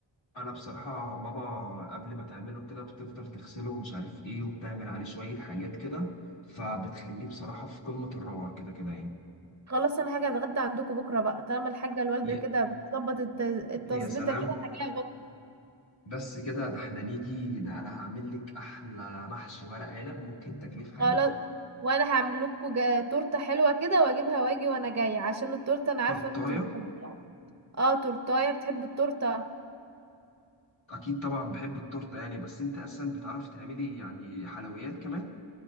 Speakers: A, on the left (about 80°); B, on the right (about 35°).
A: انا بصراحه ماما قبل ما تعمله كده بتفضل تغسله ومش عارف ايه وبتعمل عليه شويه حاجات كده فبتخليه بصراحه في قمه الروعه كده كده يعني
B: خلاص انا هاجي اتغدى عندكم بكره بقى طالما الحاجه الوالده
A: يا
B: كده بتظبط الت- التظبيطه
A: يا سلام
B: كده هجيلها بكره
A: بس كده ده احنا نيجي ده انا هعمل لك احلى محشي ورق عنب ممكن تاكليه في حياتك
B: خلاص وانا هعمل لكم جا- تورته حلوه كده واجيبها واجي وانا جايه عشان التورته انا عارفه
A: تورتايه
B: ان انتوا بتحبوها اه تورتايه بتحب التورته
A: اكيد طبعا بحب التورته يعني بس انت اساسا بتعرفي تعملي يعني حلويات كمان